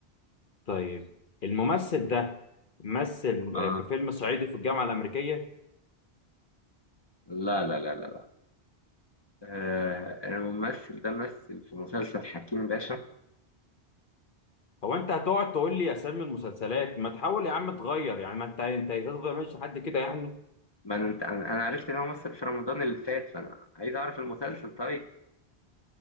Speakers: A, on the left (about 50°); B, on the left (about 25°).
A: طيب الممثل ده مثل
B: اه
A: آه، في فيلم صعيدي في الجامعه الامريكيه
B: لا لا لا لا لا. آه، الممثل ده مثل في مسلسل حكيم باشا
A: هو انت هتقعد تقول لي اسامي المسلسلات ما تحاول يا عم تغير يعني ما انت انت هتفضل ماشي لحد كده يعني
B: ما انا انت انا أنا عرفت ان هو مثل في رمضان اللي فات فانا عايز اعرف المسلسل طيب